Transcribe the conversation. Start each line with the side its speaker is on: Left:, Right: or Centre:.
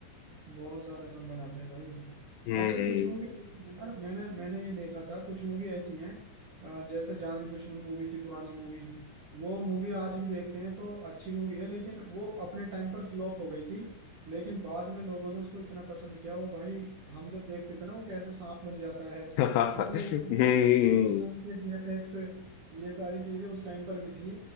Right: बहुत ज्यादा कम बनाते हैं भाई
Left: हम्म
Right: अच्छा कुछ मूवी ऐसी हैं यार मैंने मैंने ये देखा था कुछ मूवी ऐसी हैं अ, जैसे जाने दुश्मन मूवी थी पुरानी मूवी वो मूवी आज भी देखते हैं तो अच्छी मूवी है लेकिन वो अपने टाइम पर फ्लॉप हो गई थी लेकिन बाद में लोगों ने उसको इतना पसंद किया वो भाई हम जब देखते थे ना वो कैसे सांप बन जाता है
Left: <laughs>
Right: मतलब उस
Left: हम्म
Right: उस टाइम के वीएफएक्स ये सारी चीजें उस टाइम पर भी थी